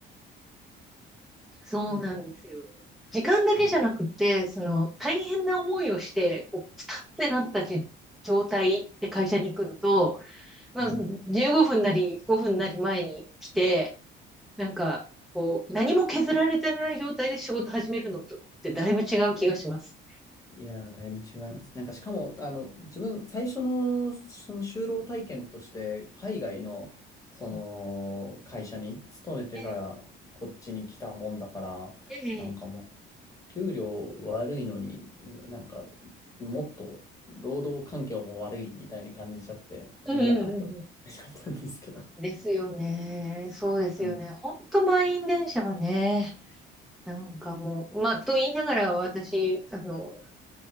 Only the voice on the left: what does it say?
なんか、
うん。
うん
いやー、だいぶ違います。なんか、しかも、あの、自分、最初の、その就労体験として、海外の、その、
会社に勤めてから、
こっちに来たもんだから、
なんかもう、給料悪いのに、なんか、もっと、労働環境も悪いみたいに感じちゃって、
いいやって思っちゃったんですけど。
うん。